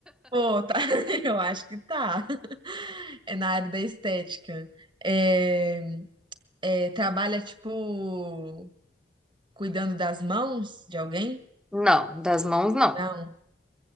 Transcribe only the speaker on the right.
Pô, tá. <laughs> Eu acho que tá. É na área da estética. É. É, trabalha, tipo, cuidando das mãos de alguém?
Não.